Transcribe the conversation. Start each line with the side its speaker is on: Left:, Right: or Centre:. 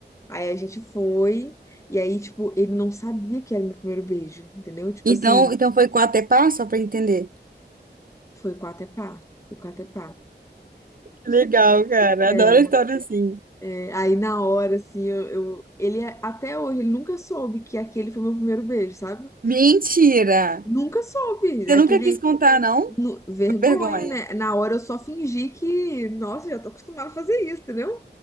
Left: Aí a gente foi, e aí, tipo, ele não sabia que era meu primeiro beijo, entendeu? Tipo
Right: Então,
Left: assim,
Right: então foi quatro até passo, só pra entender.
Left: foi com até pá, foi com até pá.
Right: Legal, cara.
Left: É,
Right: Adoro história assim.
Left: é, aí na hora, assim, eu, eu- ele é- até hoje, ele nunca soube que aquele foi meu primeiro beijo, sabe?
Right: Mentira!
Left: Nunca soube,
Right: Você
Left: aquele,
Right: nunca quis contar, não?
Left: nu- vergonha,
Right: Vergonha.
Left: né? Na hora eu só fingi que, nossa, já tô acostumada a fazer isso, entendeu?